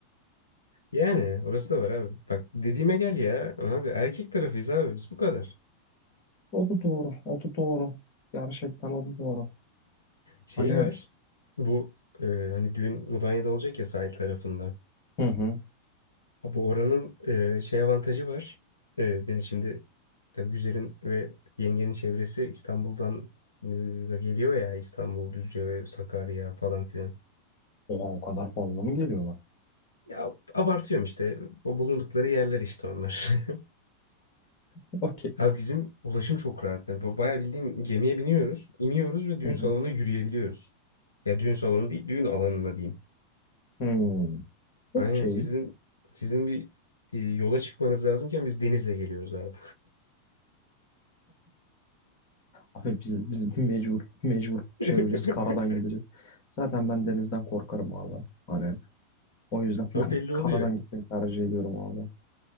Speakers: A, on the left (about 80°); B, on the left (about 45°).
A: yani orası da var abi. Bak dediğime gel ya. Abi erkek tarafıyız abi biz bu kadar.
B: O da doğru. O da doğru. Gerçekten o da doğru.
A: Şey
B: Hani
A: var. Bu e, hani düğün Mudanya'da olacak ya sahil tarafında.
B: hı hı.
A: Abi oranın e, şey avantajı var. E, ben şimdi tabii Güzel'in ve yengenin çevresi İstanbul'dan e, da geliyor ya İstanbul, Düzce, Sakarya falan filan.
B: Oha o kadar fazla mı geliyorlar?
A: Ya abartıyorum işte. O bulundukları yerler işte onlar. <laughs>
B: <laughs> Okey.
A: Abi bizim ulaşım çok rahat. Yani ba- bayağı bildiğin gemiye biniyoruz, iniyoruz ve düğün
B: Hı hı.
A: salonuna yürüyebiliyoruz. Ya düğün salonu değil, düğün alanına diyeyim.
B: Hmm. Okey.
A: Aynen sizin sizin bir e, yola çıkmanız lazımken biz denizle geliyoruz abi.
B: Abi biz, biz mecbur mecbur şey
A: <laughs>
B: olacağız karadan gideceğiz. Zaten ben denizden korkarım abi. Hani o yüzden <laughs>
A: Ama
B: ben
A: belli
B: karadan
A: oluyor.
B: gitmeyi tercih ediyorum abi.